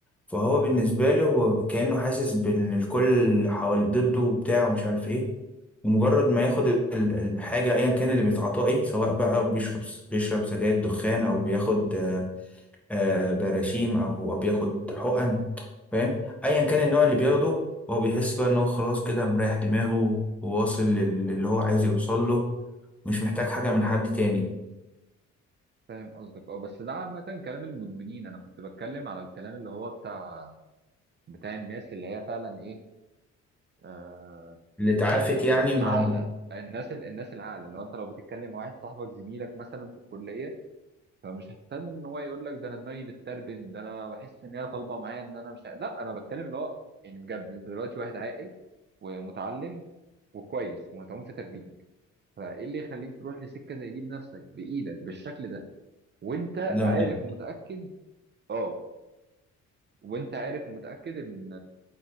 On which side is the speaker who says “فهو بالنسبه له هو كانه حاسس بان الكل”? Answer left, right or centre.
Centre